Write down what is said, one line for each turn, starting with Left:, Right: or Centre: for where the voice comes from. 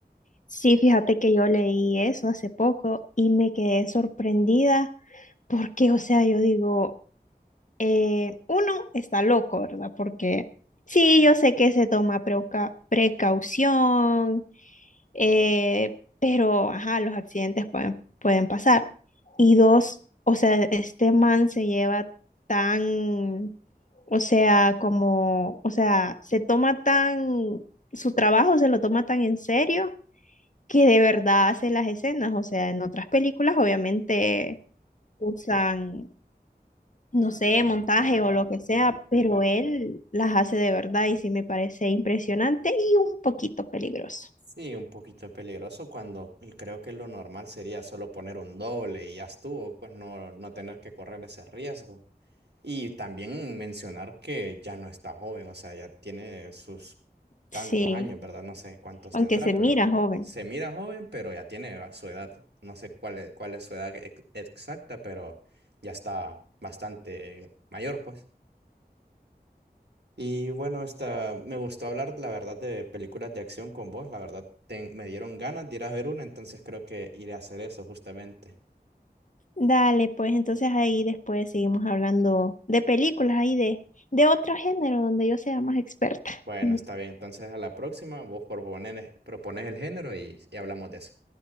Left: Sí, fíjate que yo leí eso hace poco y me quedé sorprendida porque, o sea, yo digo, eh, uno está loco, ¿verdad? Porque sí, yo sé que se toma preuca- precaución, eh, pero, ajá, los accidentes pueden, pueden pasar. Y dos, o sea, este man se lleva tan, o sea, como, o sea, se toma tan, su trabajo se lo toma tan en serio que de verdad hace las escenas. O sea, en otras películas obviamente usan, no sé, montaje o lo que sea, pero él las hace de verdad y sí me parece impresionante y un poquito peligroso.
Right: Sí, un poquito peligroso cuando y creo que lo normal sería solo poner un doble y ya estuvo, pues no, no tener que correr ese riesgo. Y también mencionar que ya no está joven, o sea, ya tiene sus tantos
Left: Sí,
Right: años, ¿verdad? No sé cuántos
Left: aunque
Right: tendrá,
Left: se mira
Right: pero
Left: joven.
Right: se mira joven, pero ya tiene a- su edad. No sé cuál es, cuál es su edad ex- exacta, pero ya está bastante mayor, pues. Y bueno, esta, me gustó hablar, la verdad, de películas de acción con vos. La verdad, ten- me dieron ganas de ir a ver una, entonces creo que iré a hacer eso justamente.
Left: Dale, pues entonces ahí después seguimos hablando de películas, ahí de, de otro género donde yo sea más experta.
Right: Bueno,
Left: <laughs>
Right: está bien. Entonces a la próxima, vos propones, propones el género y, y hablamos de eso.